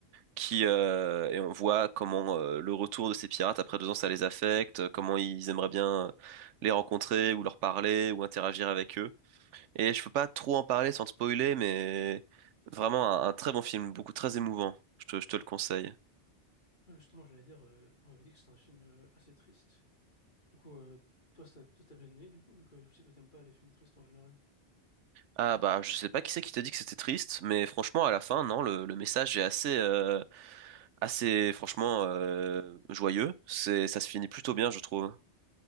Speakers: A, on the right; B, on the left.
A: qui euh, et on voit comment euh, le retour de ces pirates après deux ans, ça les affecte, euh, comment ils aimeraient bien les rencontrer ou leur parler ou interagir avec eux. Et je peux pas trop en parler sans te spoiler, mais vraiment un, un très bon film, beaucoup très émouvant. Je te, je te le conseille.
B: Moi, justement, j'allais dire, euh, on m'avait dit que c'était un film euh, assez triste. Du coup, euh, toi, ça- toi, t'as bien aimé, du coup, vu que je sais que t'aimes pas les films tristes en général.
A: Ah bah, je sais pas qui c'est qui t'a dit que c'était triste, mais franchement, à la fin, non, le, le message est assez. euh, assez franchement euh, joyeux. C'est, ça se finit plutôt bien, je trouve.